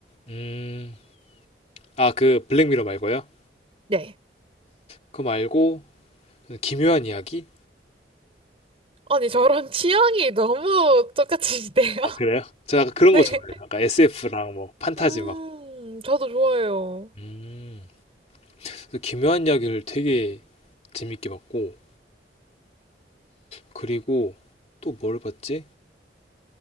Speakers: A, on the left; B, on the right.
A: 음, 아, 그 블랙미러 말고요.
B: 네.
A: 그거 말고, 기묘한 이야기?
B: 아니, 저랑 취향이 너무 똑같으시네요. <laughs>
A: 아, 그래요? 제가 약간 그런
B: 네.
A: 거 좋아해요. 약간 SF랑 뭐 판타지
B: 음,
A: 막.
B: 저도 좋아요.
A: 음, 그래서 기묘한 이야기를 되게 재밌게 봤고, 그리고 또 뭘 봤지?